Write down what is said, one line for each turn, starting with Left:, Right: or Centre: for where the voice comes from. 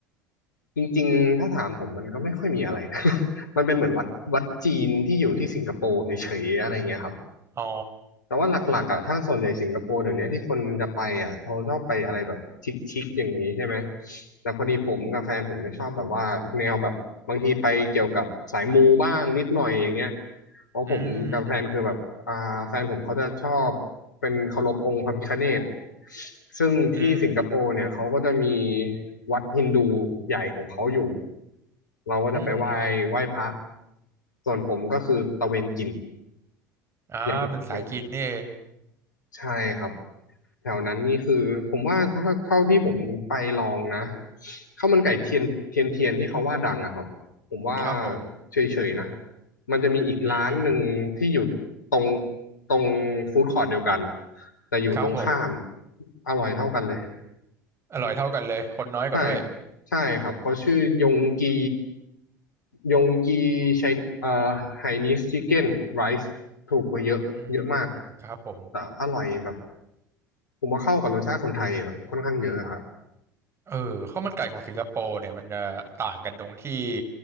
Left: จริงๆ ถ้าถามผมมันก็ไม่ค่อยมีอะไรนะ <laughs> มันเป็นเหมือนวัดวัดจีนที่อยู่ที่สิงคโปร์เฉยๆ อะไรเงี้ยครับ
Right: อ๋อ
Left: แต่ว่าหลักๆอ่ะถ้าส่วนใหญ่สิงคโปร์เดี๋ยวนี้ที่คนจะไปอ่ะเขาชอบไปอะไรแบบชิคๆอย่างนี้ใช่ไหมแต่พอดีผมกับแฟนผมจะชอบแบบว่าแนวแบบบางทีไปเกี่ยวกับสายมูบ้างนิดหน่อยอย่างเงี้ยเพราะผมกับแฟนคือแบบอ่าแฟนผมเขาจะชอบ
Right: อืมอืม
Left: เป็นเคารพองค์พระพิฆเนศซึ่งที่สิงคโปร์เนี่ยเขาก็จะมี
Right: อืม
Left: วัดฮินดูใหญ่ของเขาอยู่เราก็จะไปไหว้ไหว้พระ
Right: อืมอืม
Left: ส่วนผมก็คือตะเวนกิน
Right: อ่าเป็นสายกินนี่เอง
Left: อย่างเดียว ใช่ครับแถวนั้นนี่คือผมว่าถ้าเท่าที่ผมไปลองนะข้าวมันไก่เทียนเทียนเทียนที่เขาว่าดังอะครับผมว่า
Right: ครับผม
Left: เฉยๆนะมันจะมีอีกร้านหนึ่งที่อยู่ตรง
Right: อืม
Left: ตรงฟู้ดคอร์ทเดียวกันแต่อยู่ตรงข้าม
Right: ครับผม
Left: อร่อยเท่ากันเลย
Right: อร่อยเท่ากันเลยคนน้อยกว่าด้วย
Left: ใช่ใช่ครับเขาชื่อยงกียงกีไชเอ่อไฮนีสชิคเก้นไรซ์ถูกกว่าเยอะเยอะมาก
Right: อืมครับผม
Left: แต่อร่อยแบบ ผมว่าเข้ากับรสชาติคนไทยแบบค่อนข้างเยอะครับ
Right: เออข้าวมันไก่ของสิงคโปร์เนี่ยมันจะต่างกันตรงที่